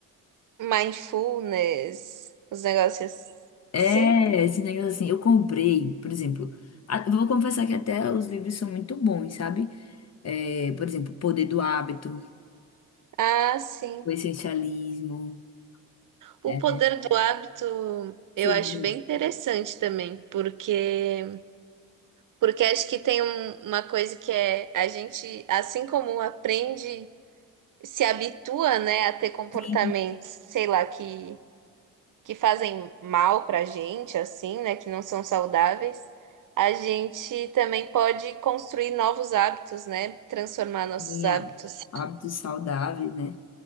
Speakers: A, on the right; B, on the left.
A: mindfulness, os negócios.
B: é,
A: Sim.
B: esse negócio assim, eu comprei, por exemplo, a- vou confessar que até os livros são muito bons, sabe? É, por exemplo, Poder do Hábito,
A: Ah, sim.
B: O Essencialismo,
A: O
B: é,
A: poder do hábito
B: vocês
A: eu acho
B: leu?
A: bem interessante também, porque Porque acho que tem um- uma coisa que é a gente, assim como aprende, se habitua, né, a ter comportamentos,
B: Sim,
A: sei lá, que, que fazem mal pra gente, assim, né, que não são saudáveis, a gente também pode construir novos hábitos, né, transformar nossos
B: sim,
A: hábitos.
B: há- Hábitos Saudáveis, né?